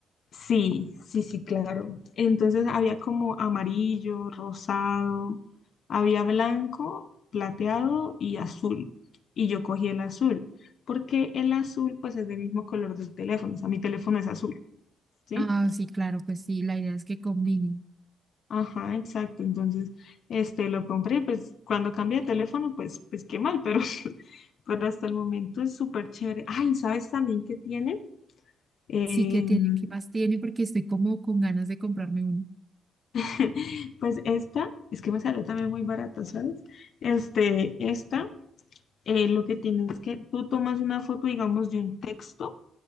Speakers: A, on the left; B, on the right.
A: Sí, sí, sí, claro. Entonces había como amarillo, rosado, había blanco, plateado y azul. Y yo cogí el azul, porque el azul pues es del mismo color del teléfono, o sea, mi teléfono es azul, ¿sí?
B: Ah, sí, claro, pues sí, la idea es que combinen.
A: Ajá, exacto. Entonces, este, lo compré, pues cuando cambié de teléfono, pues, pues qué mal, pero, <laughs> pero hasta el momento es súper chévere. Ay, ¿sabes también qué tiene? Em,
B: Sí que tiene, ¿qué más tiene? Porque estoy como con ganas de comprarme uno.
A: <laughs> Pues esta, es que me salió también muy barata, ¿sabes? Este, esta, eh, lo que tiene es que tú tomas una foto, digamos, de un texto